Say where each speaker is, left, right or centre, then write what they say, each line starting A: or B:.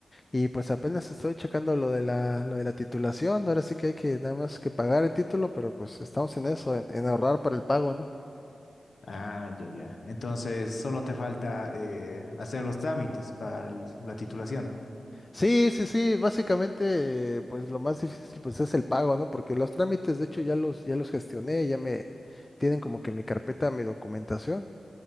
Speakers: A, on the left; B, on the left.
A: y pues apenas estoy checando lo de la, lo de la titulación, ahora sí que hay que nada más que pagar el título, pero pues estamos en eso, en, en ahorrar para el pago, ¿no?
B: Ah, ya, ya. Entonces, solo te falta eh, hacer los trámites para el- la titulación.
A: Sí, sí, sí, básicamente, eh, pues lo más difícil pues es el pago, ¿no? Porque los trámites, de hecho, ya los, ya los gestioné, ya me tienen como que mi carpeta, mi documentación,